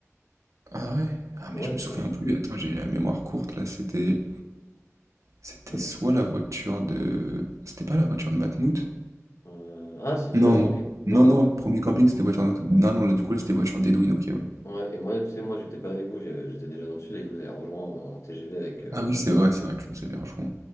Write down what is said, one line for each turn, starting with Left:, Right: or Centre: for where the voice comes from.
Right: Ah ouais? Ah
Left: Ouais,
Right: mais je
Left: je
Right: me souviens
Left: vous ai...
Right: plus, attends, j'ai la mémoire courte là, c'était c'était
Left: re-
Right: soit la voiture de c'était pas la voiture de Matmout?
Left: Euh, Ah si, tu
Right: Non,
Left: parles de ce
Right: non.
Left: camping. Non,
Right: Non
Left: non,
Right: non,
Left: non.
Right: premier camping, c'était voiture de Matmout. Non non, là, du coup là, c'était voiture d'Edwin, OK, oui.
Left: Ouais, et moi, tu sais, moi, j'étais pas avec vous, j'ai- j'étais déjà dans le sud et je vous ai rejoint en TGV avec euh,
Right: Ah oui,
Left: Matmout,
Right: c'est vrai,
Left: justement.
Right: c'est vrai, tu nous avais rejoints.